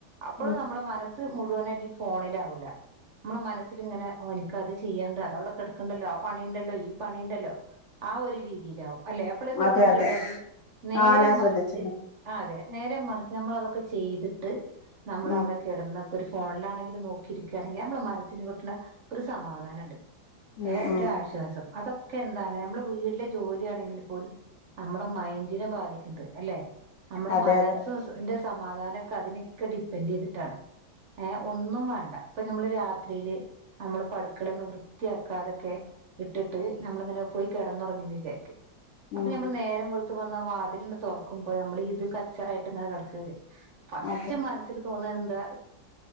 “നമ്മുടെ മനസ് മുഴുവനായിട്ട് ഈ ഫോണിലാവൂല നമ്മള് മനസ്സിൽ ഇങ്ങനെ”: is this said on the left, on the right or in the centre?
Right